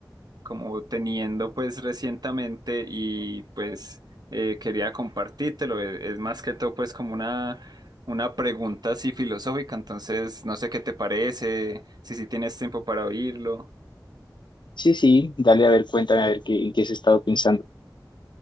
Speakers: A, on the right (about 60°); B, on the left (about 85°).
A: como teniendo pues recientemente y pues eh, quería compartírtelo. Es, es más que todo pues como una, una pregunta así filosófica, entonces no sé qué te parece, si si tienes tiempo para oírlo.
B: Sí, sí, dale, a ver, cuéntame, a ver qué, en qué has estado pensando.